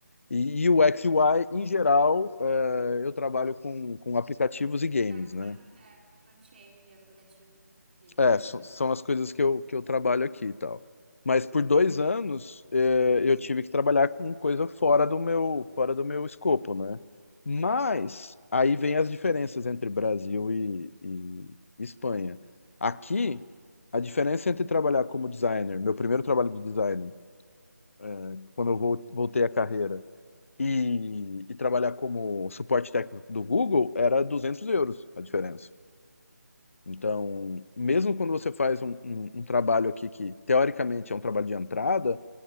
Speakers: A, on the left; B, on the right.
A: E, e o U X e UI, em geral, é, eu trabalho com, com aplicativos e games,
B: É,
A: né?
B: front, é, front-end de aplicativo de game.
A: É, so- são as coisas que eu, que eu trabalho aqui e tal. Mas por dois anos, é, eu tive que trabalhar com coisa fora do meu, fora do meu escopo, né? Mas aí vem as diferenças entre Brasil e, e Espanha. Aqui, a diferença entre trabalhar como designer, meu primeiro trabalho de designer, é, quando eu vol- voltei à carreira, e, e trabalhar como suporte técnico do Google era 200 euros a diferença. Então, mesmo quando você faz um, um- um trabalho aqui que teoricamente é um trabalho de entrada,